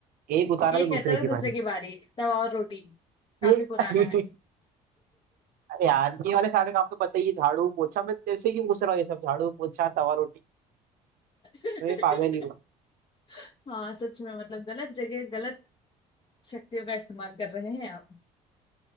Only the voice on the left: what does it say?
एक
है तरक
दूसरे
की बारी तवा और रोटी काफी
पुराना
है
<laughs>
हाँ सच में मतलब गलत जगह गलत शक्तियों का इस्तेमाल कर रहे हैं आप